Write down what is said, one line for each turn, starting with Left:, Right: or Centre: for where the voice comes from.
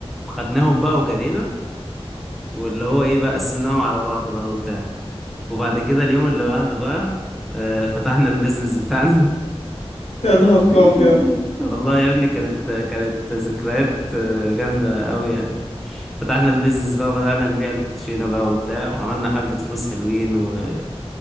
Centre: خدناهم بقى وجرينا واللي هو ايه بقى قسمناهم على بعض بقى وبتاع وبعد كده اليوم اللي بعده بقى آه، فتحنا البيزنس بتاعنا
Left: يا نهار
Centre: <laughs>
Left: ابيض
Centre: والله يا ابني كانت كانت ذكريات آه، جامدة أوي يعني فتحنا البيزنس بقى وبدأنا نبيع الكوتشينة بقى وبتاع وعملنا حبة فلوس حلوين ويعني